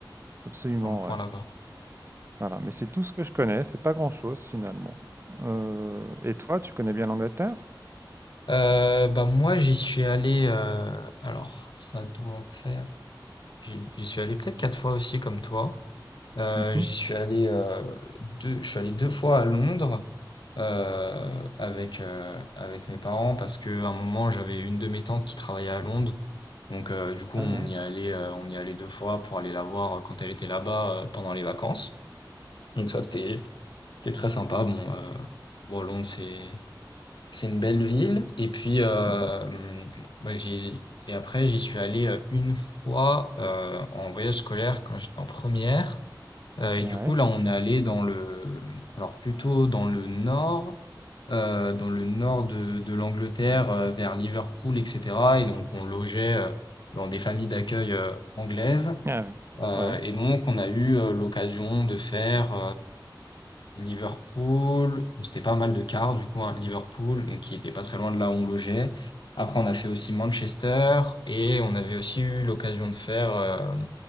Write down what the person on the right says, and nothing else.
absolument,
ouais.
Voilà, mais c'est tout ce que je connais, c'est pas grand-chose finalement. Heu et toi, tu connais bien l'Angleterre?
Mmh
Ah
ouais.
Mmh
Ouais.
Ah ouais.
Ouais.